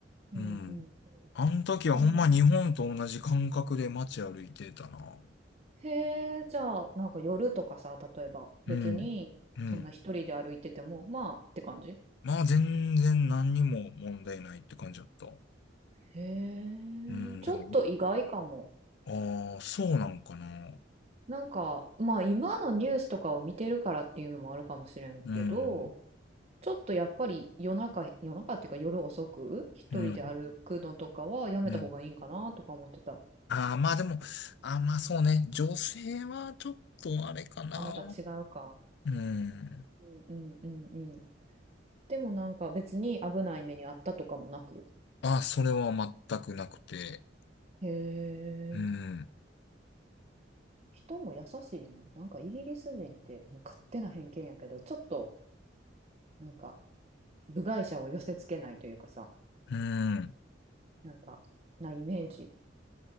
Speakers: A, on the right (about 35°); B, on the left (about 65°).
A: うんうん
B: うん。あの時はほんま日本と同じ感覚で街歩いてたな。
A: そんなへえ、じゃあ、なんか夜とかさ、例えば、別に、
B: うん。うん。
A: そんな一人で歩いてても、まあって感じへ
B: まあ全然何にも問題ないって感じだった。
A: え、
B: うん。
A: ちょっと意外かも。
B: でも、ああ、そうなんかな。
A: なんか、まあ今のニュースとかを見てるからっていうのもあるかもしれんけど、
B: うん。
A: ちょっとやっぱり夜中、夜中っていうか夜遅く、一人で歩くのとかはやめた方がいいんかなとか思ってた。
B: うん。うん。ああ、まあでも、ああ、まあそうね。女性はちょっとあれかな。
A: あ、また違うか。
B: うん。
A: うんうんうんうん。でもなんか別に危ない目にあったとかもなく。
B: あ、それは全くなくて。
A: へ
B: うん。
A: え。人も優しいのなんかイギリス人ってもう勝手な偏見やけどちょっとなんか部外者を寄せつけないというかさ
B: うん。
A: なんかなイメージ